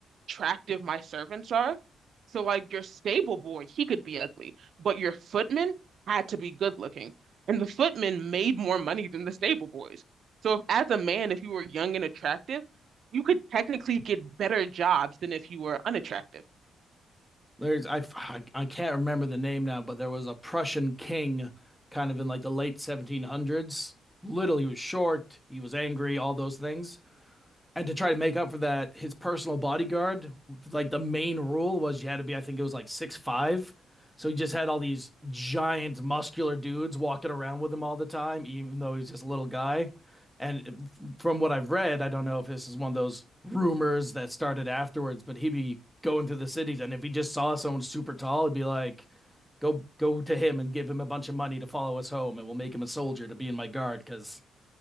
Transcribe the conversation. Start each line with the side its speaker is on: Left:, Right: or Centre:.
Right: attractive my servants are. So like your stable boy, he could be ugly, but your footman had to be good looking. And the footmen made more money than the stable boys. So if, as a man, if you were young and attractive, you could technically get better jobs than if you were unattractive.
Centre: There's, I, I can't remember the name now, but there was a Prussian king kind of in like the late 1700s. Little, he was short, he was angry, all those things. and to try to make up for that, his personal bodyguard, like the main rule was you had to be, I think it was like six five. So he just had all these giant muscular dudes walking around with him all the time, even though he's just a little guy. And from what I've read, I don't know if this is one of those rumors that started afterwards, but he'd be going through the cities, and if he just saw someone super tall, he'd be like, "Go, go to him and give him a bunch of money to follow us home, and we'll make him a soldier to be in my guard." Because